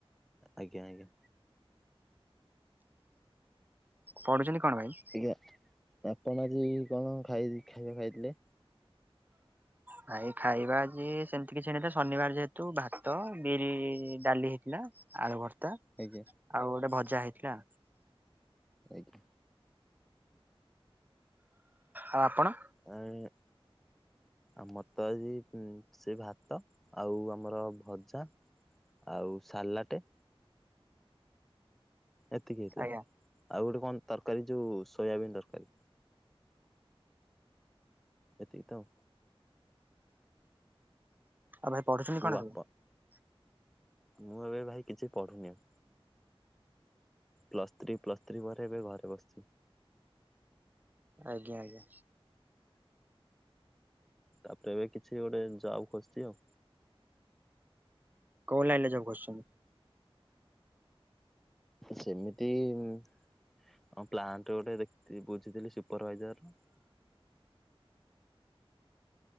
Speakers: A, in the centre; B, on the right.
A: ଆଜ୍ଞା ଆଜ୍ଞା,
B: ପଢୁଛନ୍ତି କଣ ଭାଇ?
A: ଆଜ୍ଞା ଆପଣ ଆଜି କଣ ଖାଇ ଖାଇବା ଖାଇଥିଲେ।
B: ଭାଇ ଖାଇବା ଆଜି ସେମତି କିଛି ହେଇନଥିଲା ଶନିବାର ଯେହେତୁ ଭାତ ବିରି ଡାଲି ହେଇଥିଲା। ଆଳୁ ଭର୍ତ୍ତା
A: ଆଜ୍ଞା
B: ଆଉ ଗୋଟେ ଭଜା ହେଇଥିଲା।
A: ଆଜ୍ଞା,
B: ଆ ଆପଣ?
A: ଏଇଁ, ଆମର ତ ଆଜି ସେ ଭାତ ଆଉ ଆମର ଭଜା, ଆଉ ସାଲାଟେ ଏତିକି ହେଇଥିଲା
B: ଆଜ୍ଞା
A: ଆଉ ଗୋଟେ କଣ ତରକାରୀ ଯୋଉ ସୋୟାବିନ୍ ତରକାରୀ। ଏତିକି ତଆଉ
B: ଆଉ ଭାଇ ପଢୁଛନ୍ତି କଣ
A: ଆପଣ
B: ଏବେ
A: ମୁଁ ଏବେ ଭାଇ କିଛି ପଢୁନି ଆଉ। ପ୍ଲସ୍ ଥ୍ରୀ ପ୍ଲସ୍ ଥ୍ରୀ ପରେ ଏବେ ଘରେ ବସିଛି।
B: ଆଜ୍ଞା।
A: ତାପରେ ଏବେ କିଛି ଗୋଟେ ଜବ୍ ଖୋଜୁଛି ଆଉ।
B: କଉ ଲଇନ ରେ ଜବ୍ ଖଜୁଛନ୍ତି?
A: ସେମିତି ହଁ ପ୍ଲାଣ୍ଟ ଗୋଟେ ଦେଖ୍ ବୁଝିଥିଲି ସୁପରଭାଇଜର।